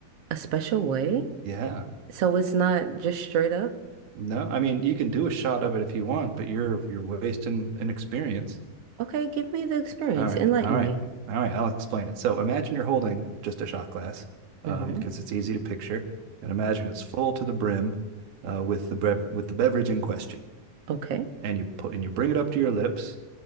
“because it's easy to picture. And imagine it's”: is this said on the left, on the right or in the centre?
Right